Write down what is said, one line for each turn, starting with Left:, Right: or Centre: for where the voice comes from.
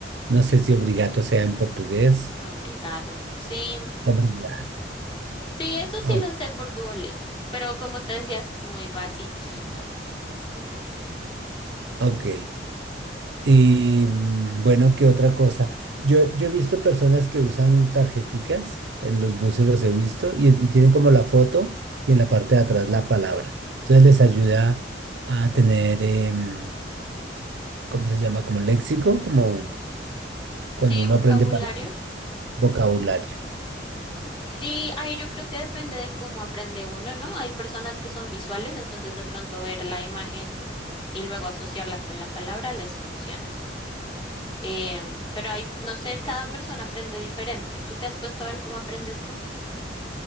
Right: No sé si obrigado sea en portugués.
Left: mm. Obrigado. Sí,
Right: Obrigado.
Left: sí, eso sí
Right: O-
Left: lo sé por Duolingo, pero como te decías, muy basiquito. Ujú.
Right: ok. Y mm, bueno, ¿qué otra cosa? Yo, yo he visto personas que usan tarjeticas, en los buses los he visto, y, y tienen como la foto y en la parte de atrás la palabra. Entonces les ayuda a tener, em, ¿cómo se llama? Como léxico, como cuando
Left: Sí,
Right: uno
Left: vocabulario.
Right: aprende palabras, vocabulario.
Left: Sí, ahí yo creo que depende de cómo aprende uno, ¿no? Hay personas que son visuales, entonces de pronto ver la imagen y luego asociarla con la palabra les funciona. Eh, pero hay, no sé, cada persona aprende diferente. ¿Tú te has puesto a ver cómo aprendes tú?